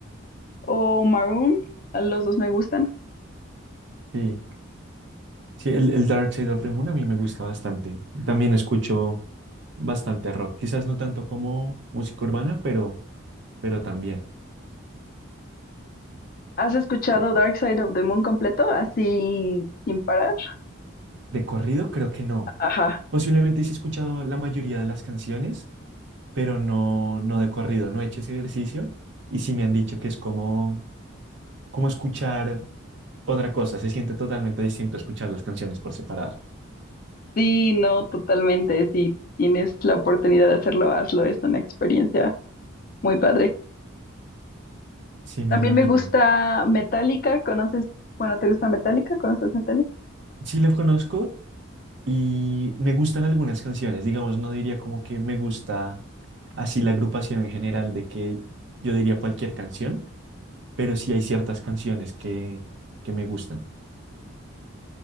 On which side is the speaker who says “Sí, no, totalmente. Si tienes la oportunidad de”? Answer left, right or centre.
Left